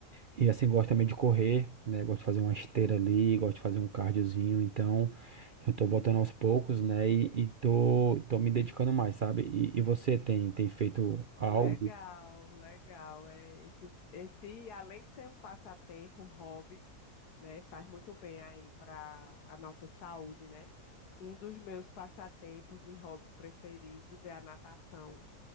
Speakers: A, on the right; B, on the left.
A: E assim, gosto também de correr, né? Gosto de fazer uma esteira ali, gosto de fazer um cardiozinho. Então, eu tô voltando aos poucos, né? E, e tô, tô me dedicando mais, sabe? E, e você tem, tem feito algo?
B: Legal, legal. É, esse, esse, além de ser um passatempo, um hobby, né, faz muito bem aí para a nossa saúde, né? Um dos meus passatempos e hobbies preferidos é a natação.